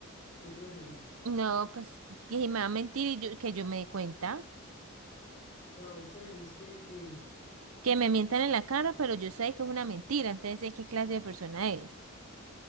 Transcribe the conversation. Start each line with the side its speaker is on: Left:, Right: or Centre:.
Left: ¿Qué preferís?
Right: No, pues que si me va a mentir y yo- que yo me dé cuenta.
Left: O sea, vos preferís que, que...
Right: Que me mientan en la cara, pero yo sé que es una mentira, entonces sé qué clase de persona es.